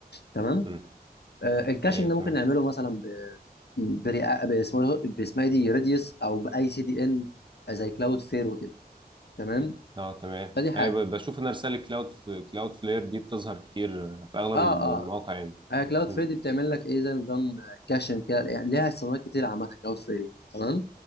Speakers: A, on the left (about 80°); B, on the right (about 30°).
A: تمام
B: مم،
A: آه الكاشنج
B: أيوه
A: ده
B: تمام
A: ممكن نعمله مثلا ب بريا- باسمه باسمها إيه دي ريديوس او باي سي دي ان زي كلاود فير وكده تمام
B: اه تمام
A: فدي حاجه
B: أيوه ب- بشوف أنا رسالة كلاود كلاود فلير دي بتظهر كتير في أغلب
A: اه آه.
B: المواقع يعني
A: آه كلاود
B: مم،
A: فريدي بتعمل لك ايه زي نظام كاشن كده يعني ليها استخدامات كتير عامه كلاود فريدي تمام